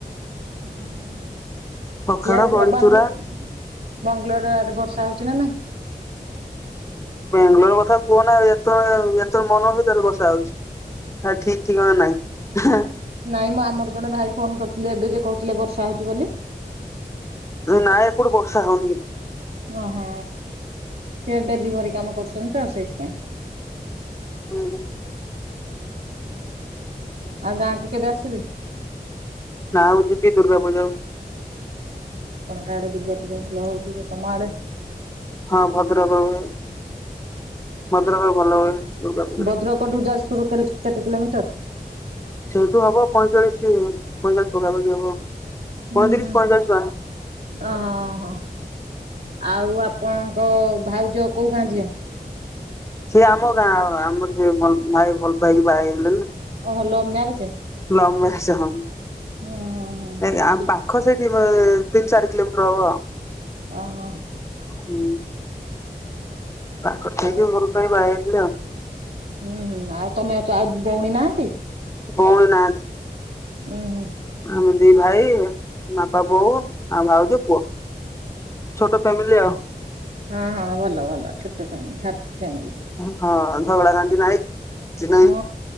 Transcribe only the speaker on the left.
ପଖାଳ
ବଡିଚୁରା
ବେଙ୍ଗାଲୋର କଥା କୁହନା ଯେତେବେଳେ ଯେତେବେଳେ ମନ ହଉଛି ସେତେବେଳେ ବର୍ଷା ହଉଛି ଠିକ୍ ଠିକଣା ନାହିଁ।
ନାଇଁ ଏପଟେ ବର୍ଷା ହଉନି କି।
ହୁଁ ହୁଁ।
ଗାଁ କୁ ଯିବି ଦୁର୍ଗା ପୂଜା କୁ।
ହଁ ଭଦ୍ରକ ର ମୁଁ ଭଦ୍ରକ ରେ ଭଲ ହୁଏ। ଦୁର୍ଗା ପୂଜା
ସେଇଠୁ ହବ ପଇଁଚାଳିଶ ପଇଁଚାଳିଶ ପକାପଖି ହବ
ପଇଁତିରିଶ
ପଇଁଚାଳିଶ ପା
ସିଏ ଆମ ଗାଁ ଆମର ଯିଏ ଭାଇ ଭଲ ପାଇକି ବାହା ହେଇଥିଲେ ନା।
ଲଭ୍ ମ୍ୟାରେଜ୍ ହଁ।
ଏ ଆ
ପା
ଖ ସେଇଠି ଅ ତିନି ଚାରି କିିଲୋମିଟର ହବ।
ହୁଁ। ପାଖରେ ସେଇଥିପାଇଁ
ଭଲ ପାଇକି ବାହା ହେଇଯାଇଥିଲେ ଆଉ।
ଭଉଣି ନାହାନ୍ତି।
ଆମେ ଦି ଭାଇ ବାପା ବୋଉ ଆଉ ଭାଉଜ ପୁଅ। ଛୋଟ ଫ୍ୟାମିଲି ଆଉ।
ହଁ ଝଗଡ଼ା ଝାଣ୍ଟି ନାହିଁ କିଛି ନାଇଁ।